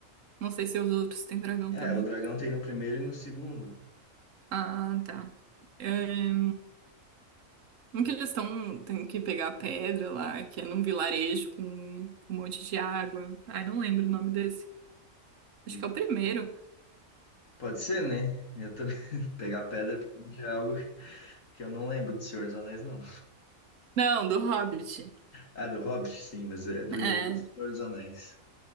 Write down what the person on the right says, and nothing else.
Não sei se os outros têm dragão
também.
Ah, tá. É, um que eles estão, tem que pegar a pedra lá, que é num vilarejo com um monte de água. Ai, não lembro o nome desse. Acho
que é o primeiro.
Não, do Hobbit.
É,